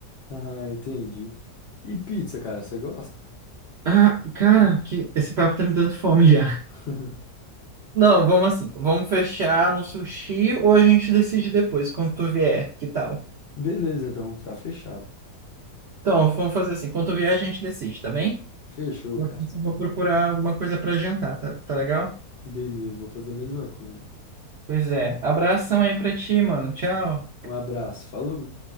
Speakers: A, on the left; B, on the right.
A: Ah, entendi. E pizza, cara, você gosta?
B: Ah, cara, que esse papo tá me dando fome já.
A: <laughs>
B: Não, vamos assim. Vamos fechar no sushi ou a gente decide depois, quando tu vier, que tal?
A: Beleza, então, tá fechado.
B: Então, vamos fazer assim. Quando tu vier, a gente decide, tá bem?
A: Fechou,
B: Eu
A: cara.
B: preciso- vou procurar alguma coisa pra jantar, tá, tá legal?
A: Beleza, vou fazer a mesma coisa.
B: Pois é. Abração aí pra ti, mano. Tchau.
A: Um abraço, falou!